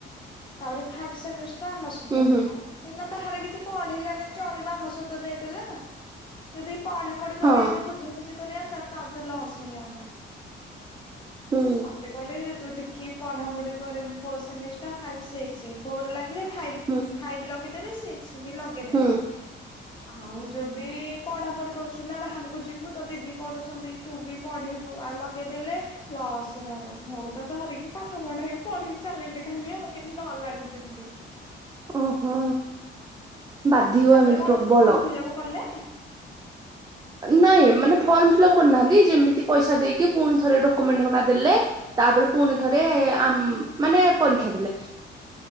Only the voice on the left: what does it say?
ତା ପରେ ମ ସୁଧା
ଦେଲା ବାହାରେ କିଛି ପହଢେଇଲାଣି ଚଳି ବ ଆମ ସତ ଦେଇଲା ଯଦି ପଢା ପଢି
କରି ଆ ବୁଝ ବୁଝି କରତା ତା ତ ଲସ ହେଇ ଆତା ହ
ମତେକାଲି ତୁ ଦେଖି ପଢାପଢି କରିବୁ ଫମିଷ୍ଟର ଫ ସିକସ ଫୋ ଲାଗିଲେ ଫାଇଭ
ଫାଇଭ ଲଗେ ବେ ସିକ୍ସ ବି ଲଗେଇଦବେ
ଆଉ ଯଦି ପଢାପଢି କହୁଛୁ ନା ବାହାରକୁ ଯିବୁ ତ ଦିଦି ପଢୁଛନ୍ତି ତୁ ବି ପଢେଇିବୁ ଆଉ ଲଗେଇଦେଲେ ଲସରେ ହବ ମୁଁ ତ ଧରିକି ପାଠ ପଢେଇି ପଢି ଚାଲିଲି ଖାଲି ଆଉ କେ ନ ଲାଗୁଛି ଏମିତି।
ହଁ ତାପରେ
କଣ
ଫର୍ମ ଫିଲଅପ କଲେ?